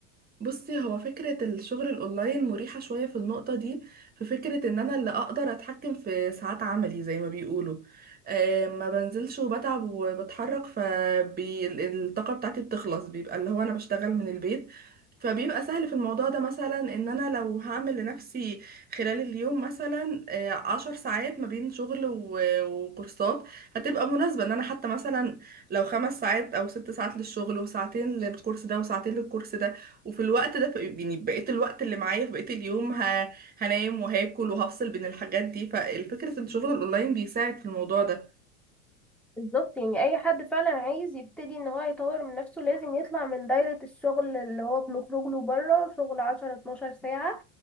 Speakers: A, on the right; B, in the centre.
A: بصي هو فكرة الشغل الأونلاين مريحة شوية في النقطة دي في فكرة إن أنا اللي أقدر أتحكم في ساعات عملي زي ما بيقولوا آه، ما بنزلش وبتعب وبتحرك فالطاقة بتاعتي بتخلص بيبقى اللي هو أنا بشتغل من البيت فبيبقى سهل في الموضوع ده مثلا إن أنا لو هعمل لنفسي خلال اليوم مثلا آه، عشر ساعات ما بين شغل و- وكورسات هتبقى مناسبة إن أنا حتى مثلا لو خمس ساعات أو ست ساعات للشغل وساعتين للكورس ده وساعتين للكورس ده وفي الوقت ده ف- يعني بقيت الوقت اللي معايا في بقية اليوم ه... هنام وهاكل وهفصل بين الحاجات دي فالفكرة ان الشغل الاونلاين بيساعد في الموضوع ده
B: بالظبط يعني اي حد فعلا عايز يبتدي ان هو يطور من نفسه لازم يطلع من دايرة الشغل اللي هو بنخرج له بره شغل 10 12 ساعة